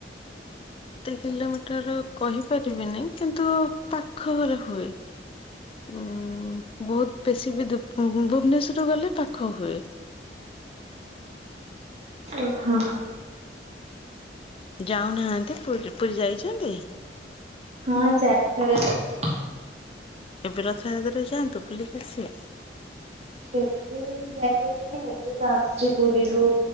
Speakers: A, on the left (about 30°); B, on the right (about 35°).
A: କେତେ କିଲୋମିଟରର କହିପାରିବିନି କିନ୍ତୁ ପାଖ ଘରେ ହୁଏ। ଉ ବହୁତ ବେଶୀ ବି ଦୁ ଭୁବନେଶ୍ୱରରୁ ଗଲେ ପାଖ ହୁଏ।
B: ଓହୋ।
A: ଯାଉନାହାନ୍ତି ପୁରୀ ପୁରୀ ଯାଇଚନ୍ତି?
B: ହଁ ଚାରିଥର ଯାଇଚି।
A: ଏବେ ରଥଯାତ୍ରାରେ ଯାଆନ୍ତୁ ବୁଲିକି ଆସିବେ।
B: ଏବେ ଯାଇପାରିବିନି ଏବେ ତ ଆସଚି ପୁରୀରୁ